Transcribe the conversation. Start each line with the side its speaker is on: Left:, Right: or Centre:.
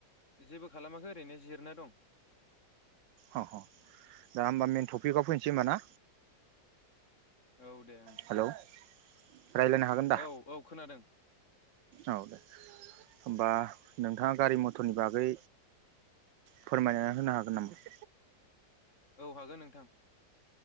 Left: जेबो खालामाखै ओरैनो जिरना दं।
Right: अ अ दा ओमबा मेेन टपिकआव फैनोसै ओमबा ना?
Left: औ दे ओं,
Right: हेलौ रायज्लायनो हागोन दा
Left: औ औ खोनादों।
Right: औ दे ओमबा नोंथाङा गारि मथ'रनि बागै फोरमायना होनो हागोन नामा?
Left: औ हागोन नोंथां।